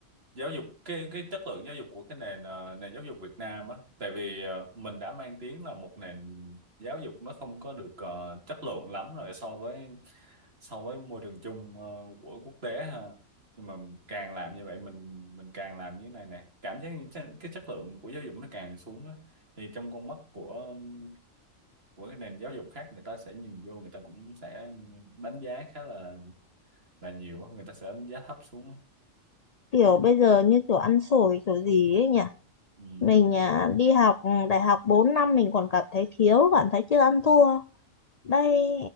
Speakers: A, on the right; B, on the left.
A: giáo dục cái cái chất lượng giáo dục của cái nền ờ, nền giáo dục Việt Nam á tại vì ờ, mình đã mang tiếng là một nền giáo dục nó không có được ờ, chất lượng lắm rồi so với so với môi trường chung ờ, của quốc tế ha nhưng mà càng làm như vậy mình mình càng làm như thế này nè cảm giác như chất- cái chất lượng của giáo dục nó càng xuống á thì trong con mắt của ừm, của cái nền giáo dục khác người ta sẽ nhìn vô người ta cũng sẽ đánh giá khá là là nhiều quá người ta sẽ đánh giá thấp xuống á
B: kiểu bây giờ như kiểu ăn xổi kiểu gì ấy nhỉ
A: ừ.
B: Mình à, đi học ừ, đại học 4 năm mình còn cảm thấy thiếu, cảm thấy chưa ăn thua. Đây